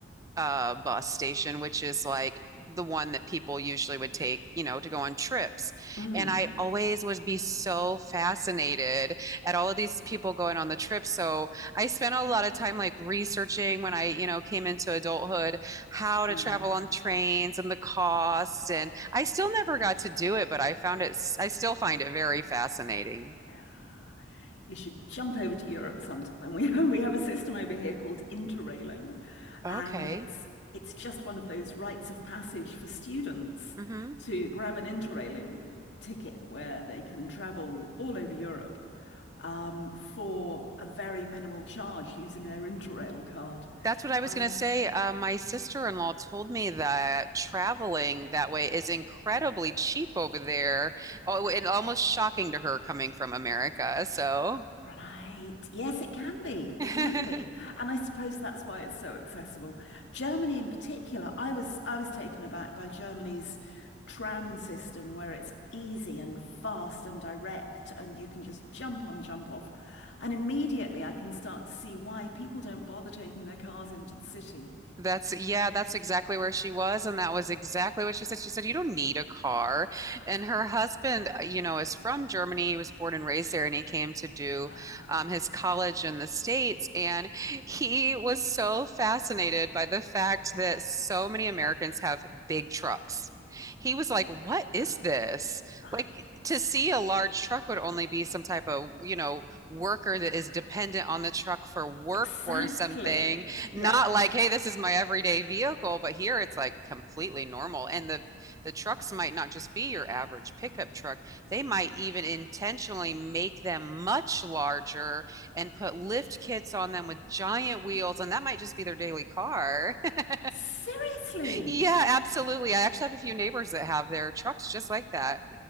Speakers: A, on the right; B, on the left.
A: uh, bus station, which is like the one that people usually would take, you know, to go on trips.
B: Mm,
A: And I always would be so fascinated at all of these people going on the trip. So I spent a lot of time like researching when I, you know, came into adulthood, how to
B: wow.
A: travel on trains and the costs. And I still never got
B: Yeah.
A: to do it, but I found it, I still find it very fascinating.
B: Yeah. You should jump over to Europe sometime. <laughs> We have, we have a system over here called interrailing,
A: Okay.
B: and it's it's just one of those rites of passage for students
A: hmm
B: to grab an interrailing ticket where they can travel all over Europe um, for a very minimal charge using their Interrail card.
A: That's what I was
B: Um,
A: going to say. Uh, my sister-in-law told me that traveling that way is incredibly cheap over there. Oh,
B: yeah.
A: and almost shocking to her coming from America. So,
B: Right. Yes, it can be.
A: <laughs>
B: It can be. And I suppose that's why it's so accessible. Germany in particular, I was I was taken aback by Germany's tram system where it's easy and fast and direct and you can just jump on, jump off. And immediately I can start to see why people don't bother taking their cars into the city.
A: That's, yeah, that's exactly where she was. And that was exactly what she said. She said, You don't need a car. And her husband, uh, you know, is from Germany. He was born and raised there, and he came to do
B: Oh,
A: um, his college in the States. And he was so fascinated by the fact that so many Americans have big trucks. He was like, What is
B: oh,
A: this?
B: right.
A: Like, to see a large truck would only be some type of, you know, worker that is dependent on the truck for work
B: Exactly.
A: or something not
B: Yeah.
A: like, hey, this is my everyday vehicle, but here it's like completely normal. And the the trucks might not just be your average pickup truck. They might even intentionally make them much larger and put lift kits on them with giant wheels, and that might just be their daily car. <laughs>
B: Seriously.
A: Yeah, absolutely. I actually have a few neighbors that have their trucks just like that.